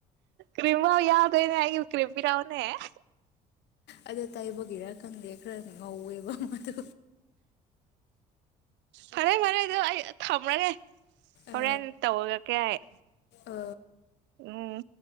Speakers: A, on the right; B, on the left.
A: ꯀ꯭ꯔꯤꯝꯐꯥꯎ ꯌꯥꯎꯗꯦꯅꯦ ꯑꯩꯒꯤ ꯀ꯭ꯔꯤꯝ ꯄꯤꯔꯛꯎꯅꯦ ꯍꯥ
B: ꯑꯗꯣ ꯇꯥꯏꯕꯒꯤꯔ ꯈꯪꯗꯦ ꯈꯔ ꯉꯧꯋꯦꯕ ꯃꯗꯨ
A: ꯐꯔꯦ <unintelligible> ꯗꯨ ꯑꯩ ꯊꯝꯔꯒꯦ ꯍꯣꯔꯦꯟ
B: ꯑ
A: ꯇꯧꯔꯛꯀꯦ ꯍꯥꯏꯌꯦ
B: ꯑ
A: ꯎꯝ